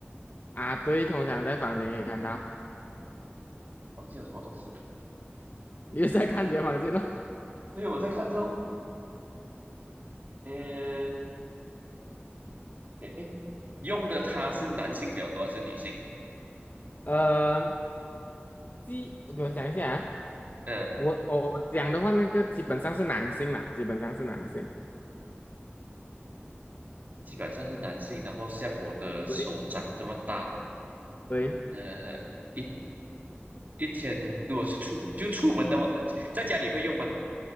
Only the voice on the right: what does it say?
房间有什么东西？
对，我在看这种，呃，哎哎，用的他是男性比较多还是女性？
嗯，
基本上是男性，然后像我的手掌这么大，
呃，一一天如果是出就出门的话，在家里会用吗？